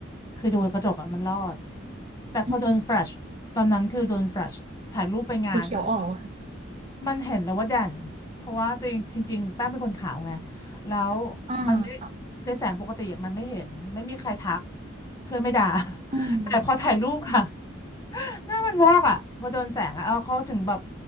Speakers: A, on the left (about 15°); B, on the right (about 35°).
A: คือดูกระจกอะมันรอดแต่พอโดนแฟลชตอนนั้นคือโดนแฟลชถ่ายรูปไปงานอะไร่
B: อืมสีเขียวออกเหรอค่ะ
A: มันเห็นแล้วว่าแดนเพราะว่าจริงจริงๆแป้งเป็นคนขาวไงแล้ว
B: อ่าค่ะ
A: มันไม่ในแสงปกติอะมันไม่เห็นไม่มีใครทัก เพื่อนไม่ด่า <laughs>
B: อืม
A: แต่พอถ่ายรูปค่ะหน้ามันวอกอ่ะพอโดนแสงอ่ะเอาเขาถึงแบบ